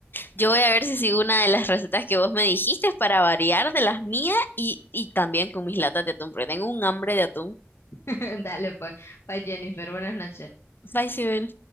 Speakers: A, on the left; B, on the left.
A: Yo voy a ver si sigo una de las recetas que vos me dijiste para variar de las mías y, y también con mis latas de atún, porque tengo un hambre de atún.
B: <laughs> Dale pues, bye Jennifer, buenas noches.
A: Bye, Sibel.